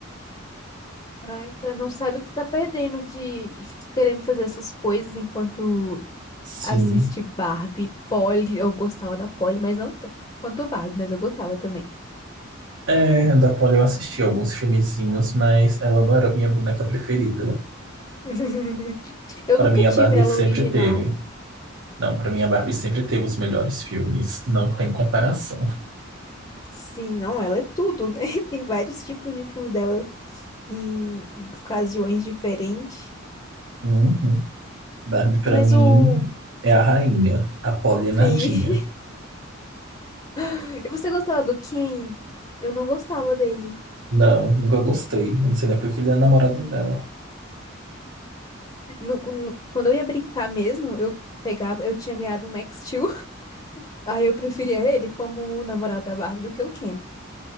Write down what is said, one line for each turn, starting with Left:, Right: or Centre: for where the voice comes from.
Left: Ai, tá, não sabe o que tá perdendo de ficar querendo fazer essas coisas enquanto
Right: Sim,
Left: assiste Barbie, Polly, eu gostava da Polly, mas não tanto quanto Barbie, mas eu gostava também.
Right: É, da Polly eu assisti alguns filmezinhos, mas ela não era a minha boneca preferida.
Left: <laughs> Eu
Right: Para
Left: nunca
Right: mim,
Left: tive
Right: a Barbie
Left: ela
Right: sempre
Left: original.
Right: teve. Não, para mim, a Barbie sempre teve os melhores filmes. Não tem comparação.
Left: Sim, não, ela é tudo, né? <laughs> Tem vários tipos de filme dela em ocasiões diferentes.
Right: Uhum. Barbie, para
Left: Mas
Right: mim,
Left: o.
Right: é a rainha. A Polly
Left: Sim.
Right: é nadinha.
Left: <laughs> E você gostava do Ken? Eu não gostava dele.
Right: Não, nunca gostei. Eu Não sei nem porque ele é namorado
Left: Também não.
Right: dela.
Left: No- no- quando eu ia brincar mesmo, eu pegava. Eu tinha ganhado um Max Steel. <laughs> Aí eu preferia ele como o namorado da Barbie do que o Ken.